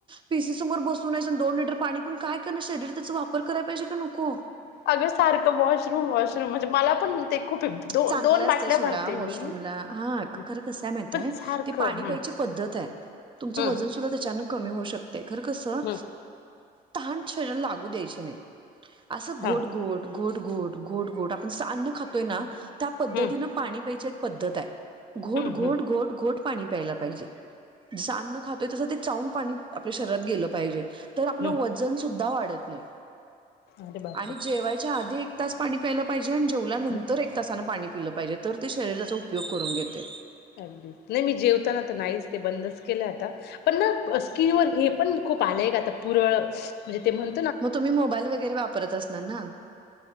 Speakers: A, on the right (about 30°); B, on the left (about 75°).
A: पीसी समोर बसून एस दोन लिटर पाणी पिउन काय करण शरीर त्याचा वापर कराय पाहिजे का नको
B: अगं सारखं वॉशरूम वॉशरूम म्हणजे मला पण ते खूप आहे. दो
A: चांगलं
B: दोन
A: असतय
B: बाटल्या
A: सोडा
B: भरते
A: वॉशरूमला
B: मी.
A: हा
B: हम्म.
A: खरं कसं आहे माहितय
B: पण सारखं
A: ते पाणी
B: हम्म
A: प्यायची पद्धत आहे तुमच्या
B: हम्म
A: वजन सुद्धा त्याच्याने कमी होऊ शकते खरं कसं
B: हम्म
A: ताहाण शरीराला लागू द्यायचे नाही असं घोट
B: हा
A: घोट घोट घोट घोट घोट आपण जसं अन्न खातोय ना त्या पद्धतीनं
B: हम्म
A: पाणी प्यायची एक पद्धत आहे घोट
B: हम्म
A: घोट
B: हम्म
A: घोट घोट पाणी प्यायला पाहिजे जस अन्न खातोय तस ते चाऊून पाणी आपल्या शरीरात गेलं पाहिजे तर आपलं
B: हम्म
A: वजन सुद्धा वाढत नाही
B: अरे बापरे
A: आणि जेवायच्या आधी. एक तास पाणी प्यायला पाहिजे आणि जेवल्यानंतर
B: हम्म
A: एक तासानं पाणी पिलं पाहिजे तर ते शरीरा त्याचा उपयोग करून घेते.
B: अगदी नाही मी जेवताना तर नाहीच ते बंदच केलं आता पण ना स्किन व हे. पण खूप आले का आता पुरळ म्हणजे ते म्हण.
A: मग तुम्ही मोबाईल वगैरे वापरत असणार ना.